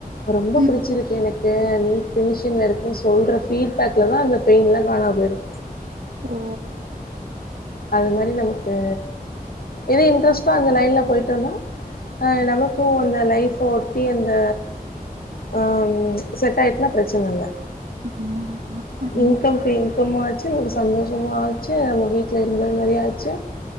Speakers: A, on the left; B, on the right.
A: ரொம்ப
B: ம்.
A: புடிச்சிருக்கு எனக்கு நீட் ஃபினிஷிங்ல ருக்கு சொல்ற ஃபீட்பேக்லல்லா அந்த பெயின்லா காணாம் போய்ரு
B: ஓ!
A: அது மாரி எனக்கு எது இன்டரஸ்டொ அந்த லைன்ல போயிட்டோன்னா அ நமக்கு அந்த லைஃப் ஒட்டி அந்த அ செட் ஆயிட்னா பிரச்சனல்ல
B: ஆமா, ஆமா. ம்.
A: இன்கம்கு இன்கமு ஆ ச்சு சந்தோஷமா ஆச்சு நம்ம வீட்டில இருந்த மாரி ஆச்சு